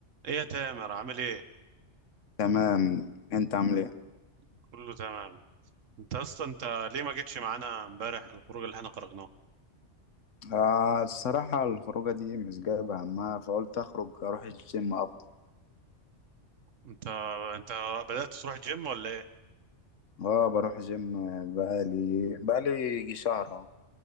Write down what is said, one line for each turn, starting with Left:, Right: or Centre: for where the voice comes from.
Right: ايه يا تامر عامل ايه
Left: تمام انت عامل ايه
Right: كله تمام انت اصلا انت ليه ما جيتش معانا امبارح الخروج اللي احنا خرجناه
Left: آه الصراحة الخروجة دي مش جايبة همها فقلت اخرج اروح الجيم افضل
Right: انت انت بدأت تروح جيم ولا ايه
Left: اه بروح جيم بقالي بقالي يجي شهر اهو